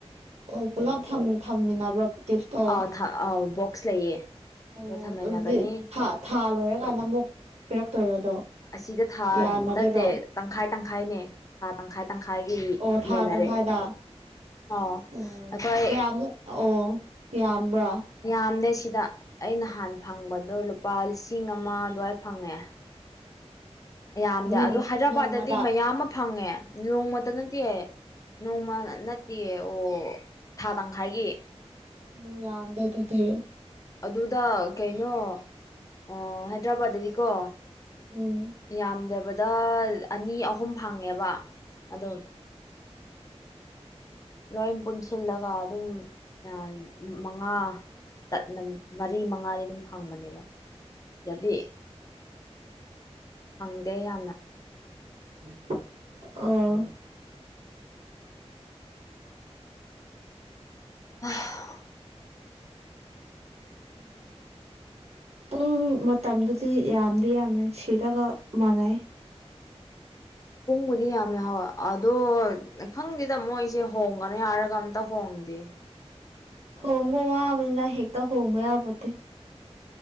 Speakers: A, on the right; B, on the left.
A: ꯑꯣ ꯄꯨꯂꯞ ꯊꯝ ꯊꯝꯃꯤꯟꯅꯕ꯭ꯔꯣ ꯇꯤꯞꯁꯇꯣ
B: ꯑꯥꯎ ꯊꯥ ꯑꯧ ꯕꯣꯛꯁ ꯂꯩꯌꯦ
A: ꯑꯣ
B: ꯑꯗ ꯊꯝꯃꯤꯟꯅꯒꯅꯤ
A: ꯑꯗꯨꯗꯤ ꯊꯥ ꯊꯥ ꯂꯣꯏꯔꯀꯥꯟꯗ ꯑꯃꯨꯛ ꯄꯤꯔꯛꯇꯣꯏꯔꯣ ꯑꯗꯣ
B: ꯑꯁꯤꯗ ꯊꯥ
A: ꯌꯥꯅꯗꯣꯏꯔꯣ
B: ꯅꯠꯇꯦ ꯇꯪꯈꯥꯏ ꯇꯪꯈꯥꯏꯅꯦ ꯊꯥ ꯇꯪꯈꯥꯏ ꯇꯪꯈꯥꯏꯒꯤ
A: ꯑꯣ ꯊꯥ
B: ꯌꯦꯟꯅꯔꯦ
A: ꯇꯪꯈꯥꯏꯗ
B: ꯑꯣ
A: ꯑꯣ
B: ꯑꯩꯈꯣꯏ
A: ꯀꯌꯥꯃꯨꯛ ꯑꯣ ꯌꯥꯝꯕ꯭ꯔꯥ
B: ꯌꯥꯝꯗꯦ ꯁꯤꯗ ꯑꯩ ꯅꯍꯥꯟ ꯐꯪꯕꯗꯣ ꯂꯨꯄꯥ ꯂꯤꯁꯤꯡ ꯑꯃ ꯑꯗꯨꯋꯥꯏ ꯐꯪꯉꯦ ꯌꯥꯝꯗꯦ
A: ꯎꯝ
B: ꯑꯗꯣ ꯍꯥꯏꯗ꯭ꯔꯕꯥꯠꯇꯗꯤ
A: ꯅꯣꯡꯃꯗ
B: ꯃꯌꯥꯝꯃ ꯐꯪꯉꯦ ꯅꯣꯡꯃꯇ ꯅꯠꯇꯦ
A: ꯎꯝ
B: ꯅꯣꯡꯃ ꯅꯠꯇꯤꯌꯦ ꯑꯣ ꯊꯥ ꯇꯪꯈꯥꯏꯒꯤ
A: ꯑꯣ ꯌꯥꯝꯗꯦ ꯑꯗꯨꯗꯤ
B: ꯑꯗꯨꯗ ꯀꯩꯅꯣ ꯑ ꯍꯥꯏꯗ꯭ꯔꯕꯥꯠꯇꯗꯤꯀꯣ
A: ꯎꯝ
B: ꯌꯥꯝꯗꯔꯕꯗ ꯑꯅꯤ ꯑꯍꯨꯝ ꯐꯪꯉꯦꯕ ꯑꯗꯨꯝ ꯂꯣꯏ ꯄꯨꯟꯁꯤꯜꯂꯒ ꯑꯗꯨꯝ ꯌꯥꯝ ꯃꯉꯥ ꯇꯠꯅ ꯃꯔꯤ ꯃꯉꯥꯗꯤ ꯑꯗꯨꯝ ꯐꯪꯕꯅꯦꯕ ꯁꯤꯗꯗꯤ ꯐꯪꯗꯦ ꯌꯥꯝꯅ
A: <unintelligible> ꯑꯣ
B: <unintelligible> <inaudible>
A: ꯄꯨꯡ ꯃꯇꯝꯗꯨꯗꯤ ꯌꯥꯝꯗꯤ ꯌꯥꯝꯃꯦ ꯁꯤꯗꯒ ꯃꯥꯟꯅꯩ
B: ꯄꯨꯡꯕꯨꯗꯤ ꯌꯥꯝꯅ ꯍꯥꯎ ꯑꯗꯣ ꯈꯪꯗꯦꯗ ꯃꯣꯏꯁꯦ ꯍꯣꯡꯒꯅꯤ ꯍꯥꯏꯔꯒ ꯑꯝꯇ ꯍꯣꯡꯗꯦ
A: ꯍꯣꯡꯕ ꯋꯥꯕꯅꯤꯅ ꯍꯦꯛꯇ ꯍꯣꯡꯕ ꯌꯥꯄꯣꯇꯦ